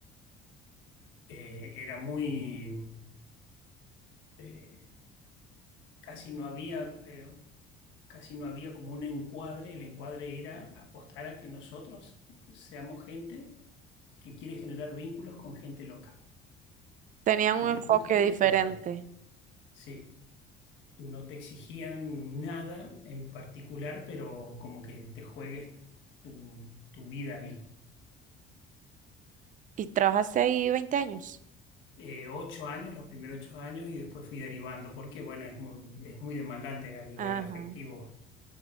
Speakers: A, on the left (about 70°); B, on the right (about 40°).
A: eh, era muy, eh, casi no había, eh, casi no había como un encuadre, el encuadre era apostar a que nosotros seamos gente que quiere generar vínculos con gente loca,
B: Tenían
A: que
B: un
A: te
B: enfoque
A: guste
B: diferente.
A: eso, sí. No te exigían nada en particular, pero como que te juegues tu, tu vida ahí.
B: Y trabajaste ahí 20 años.
A: Eh, ocho años, los primeros ocho años, y después fui derivando, porque bueno, es muy, es muy demandante a nivel
B: Ajá,
A: afectivo